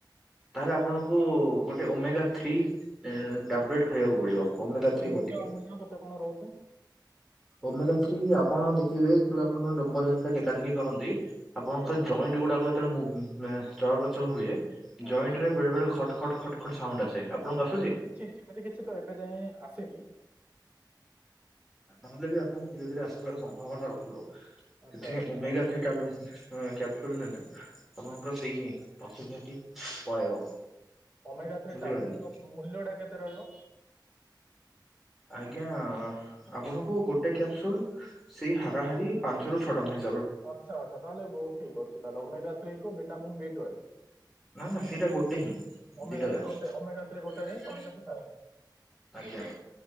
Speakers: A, in the centre; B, on the right.
A: ତା ହେଲେ ଆପଣଙ୍କୁ ଗୋଟେ ଓମେଗା ଥ୍ରୀ ଟାବଲେଟ୍ ଖାଇବାକୁ ପଡିବ। ଓମେଗା
B: ତାର
A: ଥ୍ରୀ
B: ମୂଲ୍ୟ
A: ବଟିକା।
B: ମୂଲ୍ୟ କେତେ କଣ ରହୁଛି
A: ଓମେଗା ଥ୍ରୀ ଆପଣ ଦେଖିବେ, ଯେବେ ଆପଣ ଡମ୍ବର ହେରିକା ଟେକା ଟେକି କରନ୍ତି। ଆପଣଙ୍କ
B: ଆଜ୍ଞା
A: ଜଏଣ୍ଟ ଗୁଡାକ ଯେତେବେଳେ ମେ ଚଳପ୍ରଚଳ ହୁଏ,
B: ଆଜ୍ଞା
A: ଜଏଣ୍ଟ ରେ ବେଳେ ବେଳେ ଖଟ୍ ଖଟ୍ ଖଟ୍ ଖଟ୍ ସାଉଣ୍ଡ ଆସେ। ଆପଣଙ୍କୁ ଆସୁଛି?
B: ସେମିତି କିଛି ସେମିତି କିଛି ତ ଏବେ ଯାଏ ଆସିନି।
A: ଯା ହେଲେ ବି ଆପଣଙ୍କୁ ଧୀରେ ଧୀରେ ଆସିବାର ସମ୍ଭାବନା ରହିବ,
B: ଆଚ୍ଛା
A: ସେଥିପାଇଁ
B: ଆଚ୍ଛା
A: ଓମେଗା
B: ହଁ
A: ଥ୍ରୀ ଟାବଲେଟ କ୍ୟାପସୁଲ ନେଲେ ଆପଣଙ୍କର
B: ଆଜ୍ଞା
A: ସେଇ ଅସୁବିଧାଟି ପଳେଇବ।
B: ଓମେଗା ଥ୍ରି
A: ବୁଝିପାରିଲେ
B: ଟାବଲେଟ ର ମୂଲ୍ୟ ଟା କେତେ ରହିବ?
A: ଆଜ୍ଞା ଆପଣଙ୍କୁ ଗୋଟେ କ୍ୟାପସୁଲ ସେଇ ହାରାହାରି ପାଞ୍ଚ ରୁ ଛଅ ଟଙ୍କା ହି
B: ଆଚ୍ଛା ଆଚ୍ଛା ତା ହେଲେ ବହୁତ ଠିକ ଅଛି । ତା ହେଲେ ଓମେଗା ଥ୍ରୀ କୁ ଭିଟାମିନ୍ ବି ଟୁଏଲ।
A: ନା ସାର୍ ସେଇଟା ଗୋଟେ ହିଁ
B: ଓମେଗା
A: ଦିଇଟା ଯାକ।
B: ଥ୍ରୀ ଗୋଟେ ଓମେଗା ଥ୍ରୀ ଗୋଟେରେ ହିଁ ସବୁ କିଛି ଥାଏ
A: ଆଜ୍ଞା।